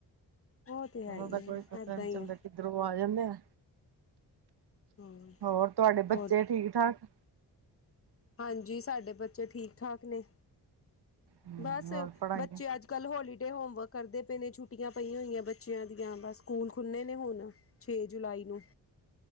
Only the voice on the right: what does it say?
ਉਹਨਾਂ
ਦਾ ਕੋਈ
ਪਤਾ
ਨੀ
ਚੱਲਦਾ,
ਕਿੱਧਰੋਂ ਆ ਜਾਂਦੇ ਆ।
ਹੋਰ ਤੁਹਾਡੇ
ਬੱਚੇ ਠੀਕ-ਠਾਕ,
ਹਮ
ਹੋਰ ਪੜ੍ਹਾਈਆਂ